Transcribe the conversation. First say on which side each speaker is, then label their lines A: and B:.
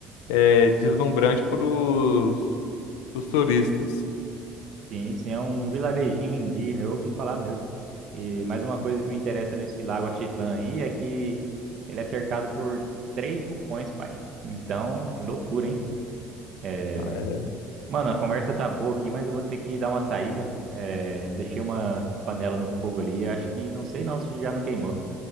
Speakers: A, on the left; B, on the right.
A: é, deslumbrante para os turistas.
B: sim, sim, é um vilarejinho indígena, eu ouvi falar mesmo. E mais uma coisa que me interessa nesse lago Atitlã aí é que ele é cercado por três vulcões, pai. Então, loucura, hein? É,
A: É,
B: Mano, a conversa tá boa aqui, mas eu vou ter que dar uma saída. É, Deixei uma panela no fogo ali, acho que, não sei não se já não queimou.